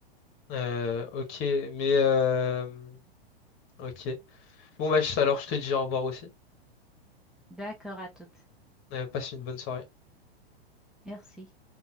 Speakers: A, on the left; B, in the centre.
A: Euh, ok, mais euh, ok. Bon bah je- alors je te dis au revoir aussi.
B: D'accord à toutes.
A: Euh, passe une bonne soirée.
B: Merci.